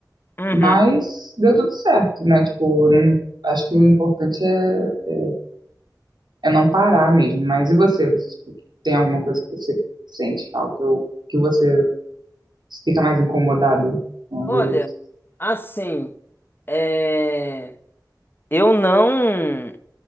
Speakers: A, on the left; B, on the right.
A: Uhum.
B: Mas deu tudo certo, né? Tipo, não, acho que o importante é, é, é não parar mesmo. Mas e você? Tipo, tem alguma coisa que você sente falta ou que você fica mais incomodado com a
A: Olha,
B: velhice?
A: assim, é, eu não.